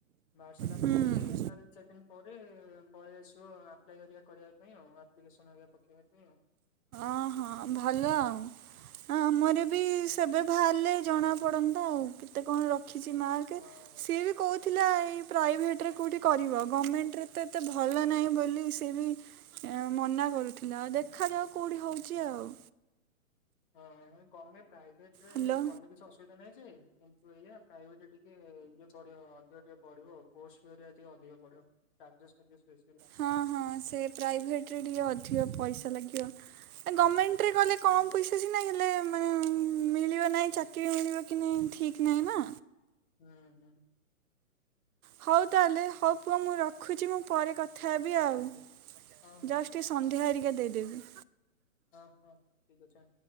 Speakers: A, on the left; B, on the right.
A: ବାହାରି ସାରିଲା
B: ହୁଁ
A: ପରେ ତାର ଦି ଚାରି ଦିନି ପରେ ପଳେଇ ଆସିବ ଆପ୍ଲାଇ ହେରିକା କରିବା କରିବା ପାଇଁ ଆଉ ଆ ଆପ୍ଲିକେସନ୍ ହେରିକା ପକେଇବା ପାଇଁ ଆଉ।
B: ଅହଁ ଭଲ ଆଉ ଆମର ବି
A: ହୁଁ
B: ସେବେ ଭାରିଲେ ଜଣା ପଡନ୍ତା ଆଉ କେତେ କଣ ରଖ ରଖିଛି ମାର୍କ
A: ହଁ।
B: ସିଏ ବି କହୁଛି ଥିଲା ଏଇ ପ୍ରାଇଭେଟ୍ ରେ କଉଠି କରିବ ଗମେଣ୍ଟରେ ତ ଏତେ ଭଲ ନାହିଁ ବୋଲି ସେ ବି ମନା କରୁଥିଲା ଆଉ ଦେଖାଯାଉ କୋଉଠି ହଉଛି ଆଉ।
A: ହଁ ଗମେ ପ୍ରାଇଭେଟ ରେ
B: ହ୍ୟାଲୋ
A: କଲେ କିଛି ଅସୁବିଧା ନାହିଁ ଯେ କିନ୍ତୁ ଏଇଆ ପ୍ରାଇଭେଟ୍ ରେ ଟି ଟେ ଇଏ ପଡିବ ଅଧିକ ଟିକେ ପଡ଼ିବ କୋର୍ସ ଫି ହେରିକା ଟିକେ ଅଧିକ ପଡ଼ିବ ଚାର୍ଜେସ୍ ଫାର୍ଜେସ ବେ
B: ହଁ ହଁ ସେ ପ୍ରାଇଭେଟରେ ଟିକେ ଅଧିକ ପଇସା ଲାଗିବ। ଗମେଣ୍ଟ ରେ କଲେ
A: ହୁଁ
B: କମ ପଇସା ସିନା ହେଲେ ମାନେ ମିଳିବ ନାହିଁ ଚାକିରି ମିଳିବ କି ନାଇ ଠିକ ନାହିଁ ନା।
A: ହୁଁ ହୁଁ।
B: ହଉ ତାହେଲେ ହଉ ପୁଅ ମୁଁ ରଖୁଛି ମୁଁ ପରେ କ ଥା ହେବି
A: ଆଜ୍ଞା
B: ଆଉ
A: ଆଜ୍ଞା
B: ଯାଉଛି
A: ହଁ ହଁ
B: ଟିକେ ସନ୍ଧ୍ୟା
A: ହଉ
B: ହେରିକା ଦେଇଦେବି।
A: ହଁ ହଁ ଠିକ ଅଛି ଆ